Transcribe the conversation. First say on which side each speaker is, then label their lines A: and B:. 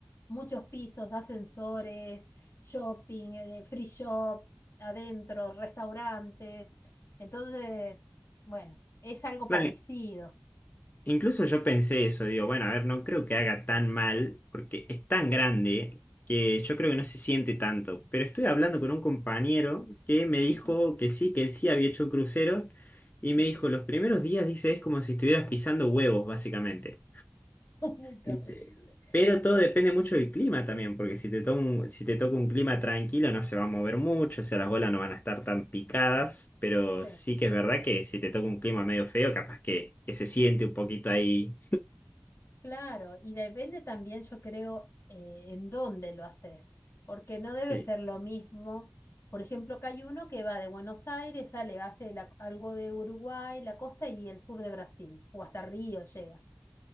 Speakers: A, on the left; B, on the left.
A: muchos pisos, ascensores, shopping, eh, free shop, adentro, restaurantes. Entonces, bueno, es algo
B: Claro,
A: parecido.
B: Incluso yo pensé eso, digo, bueno, a ver, no creo que haga tan mal, porque es tan grande que yo creo que no se siente tanto. Pero estoy hablando con un compañero que me dijo
A: Ujú,
B: que sí, que él sí había hecho un crucero, y
A: Sí,
B: me dijo, los primeros días, dice, es como si estuvieras pisando huevos, básicamente.
A: <laughs> Muy terrible.
B: Dice, pero todo depende mucho del clima también, porque si te toca un, si te toca un clima tranquilo no se va a mover mucho, o sea, las olas no van a estar tan picadas, pero
A: sí.
B: sí que es verdad que si te toca un clima medio feo, capaz que, que se siente un poquito ahí.
A: Claro, y depende también, yo creo, eh, en dónde lo haces, porque no debe
B: Sí,
A: ser lo mismo. Por ejemplo, acá hay uno que va de Buenos Aires, sale, hace la- algo de Uruguay, la costa y el sur de Brasil, o hasta Río llega.